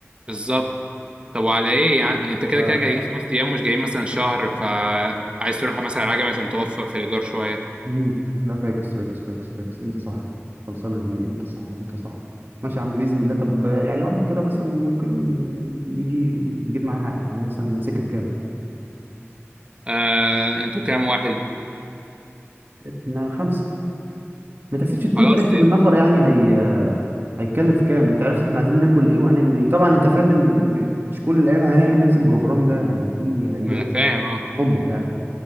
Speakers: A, on the right; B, on the right.
A: بالظبط طب وعلى ايه يعني انت كده
B: لا
A: كده جايين خمس ايام مش جايين مثلا شهر فعايز تروح مثلا على عجمي عشان توفر في الايجار شويه
B: امم لا فاكس فاكس فاكس فاكس انت صح خلصانه يا زميلي انت صح انت صح ماشي يا عم باذن الله طب يعني واحد كده مثلا ممكن يجي يجيب معاه يعني مثلا سكر كام؟
A: آه انتوا كام واحد
B: احنا خمسه ما تحسبش التوتال
A: خلاص
B: احسب
A: إيه،
B: النفر يعني هي هيتكلف كام انت عرفت احنا عايزين ناكل ايه وهنعمل ايه طبعا انت فاهم ان م- مش كل الايام هنعمل نفس البروجرام ده يعني في هنجيب
A: ما انا
B: حاجات
A: فاهم اه
B: نطبخ يعني